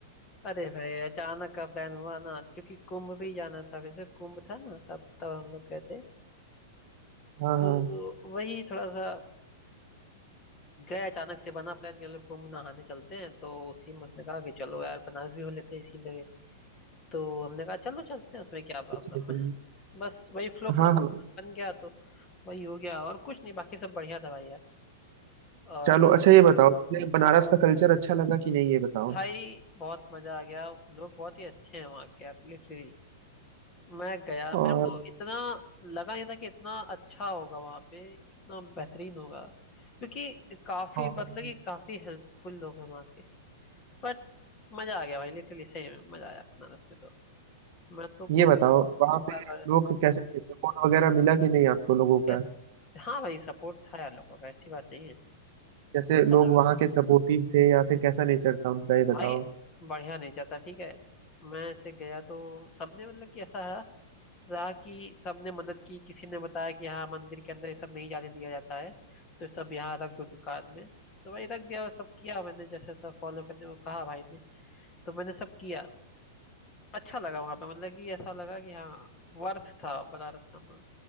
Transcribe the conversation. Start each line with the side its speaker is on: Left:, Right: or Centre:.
Left: अरे भाई अचानक का प्लान हुआ ना क्योंकि कुंभ भी जाना था जैसे कुंभ था ना तब तब हम लोग गए थे
Right: हाँ
Left: तो
Right: हाँ
Left: वही थोड़ा सा गए अचानक से बना प्लान कि चलो कुंभ नहाने चलते हैं तो उसी में उसने कहा कि चलो यार बनारस भी हो लेते हैं इसीलिए तो हमने कहा चलो चलते हैं उसमें क्या प्रॉब्लम
Right: अच्छा कि-
Left: है बस वही फ्लो फ्लो
Right: हाँ हाँ
Left: बन गया तो वही हो गया और कुछ नहीं बाकी सब बढ़िया था भाई यार और
Right: चलो अच्छा ये बताओ तुम्हें बनारस का कल्चर अच्छा लगा कि नहीं ये बताओ
Left: भाई बहुत मजा आ गया लोग बहुत ही अच्छे हैं वहाँ के यार लिटरली मैं गया
Right: और
Left: मेरे को इतना लगा नहीं था कि इतना अच्छा होगा वहाँ पे इतना बेहतरीन होगा क्योंकि काफी
Right: हाँ,
Left: मतलब कि काफी हेल्पफुल लोग हैं वहाँ के बट मजा आ गया भाई लिटरली सही में मजा आया बनारस में तो मैं तो कहूँगा
Right: ये बताओ वहाँ पे
Left: पागल
Right: लोग कैसे थे सपोर्ट वगैरह मिला कि नहीं आपको लोगों
Left: क्या-
Right: का
Left: हाँ भाई सपोर्ट था यार लोगों का ऐसी बात नहीं है
Right: जैसे
Left: अच्छा
Right: लोग
Left: लगा
Right: वहाँ के सपोर्टिव थे या फिर कैसा नेचर था उनका ये बताओ
Left: भाई बढ़िया नेचा था ठीक है मैं ऐसे गया तो सबने मतलब कि ऐसा है रहा कि सबने मदद की किसी ने बताया कि हाँ मंदिर के अंदर ये सब नहीं जाने दिया जाता है तो सब यहाँ रख दो दुकान में तो भाई रख दिया और सब किया मैंने जैसे सब फॉलो करने को कहा भाई ने तो मैंने सब किया अच्छा लगा वहां पे मतलब कि ऐसा लगा कि हाँ वर्थ था बनारस आना